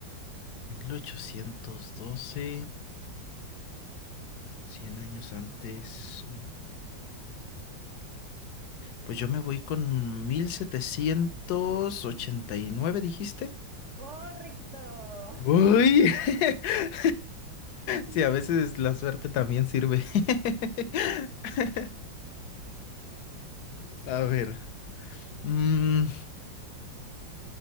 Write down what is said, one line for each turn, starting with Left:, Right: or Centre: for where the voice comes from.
Left: mil ochocientos doce cien años antes. Pues yo me voy con 1789, dijiste.
Right: Correcto.
Left: Uy.
Right: <laughs>
Left: <laughs>
Right: <laughs>
Left: Sí, a
Right: Ok.
Left: veces la suerte también sirve. <laughs> A ver. mm,